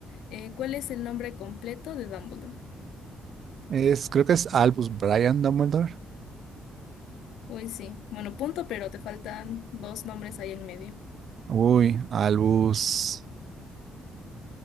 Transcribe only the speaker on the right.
Es, creo que es Albus Brian Dumbledore.
Uy, Albus.